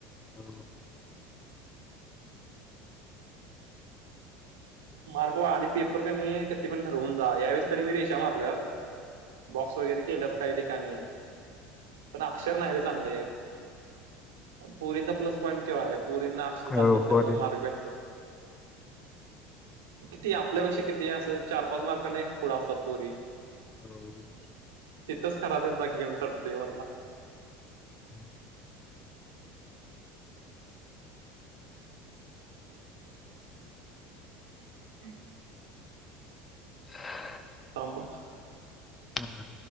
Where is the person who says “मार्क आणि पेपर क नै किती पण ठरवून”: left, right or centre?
Right